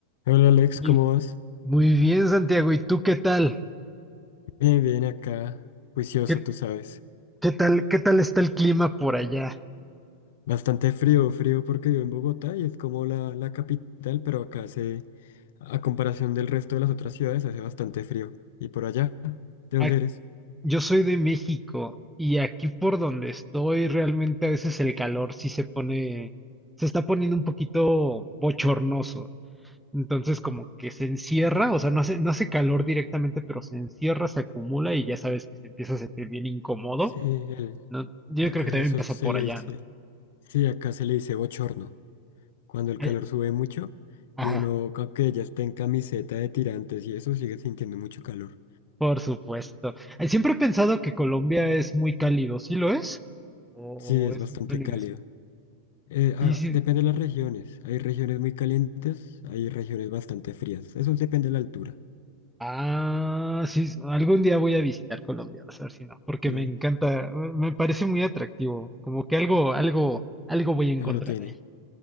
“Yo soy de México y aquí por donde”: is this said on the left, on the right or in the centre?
Centre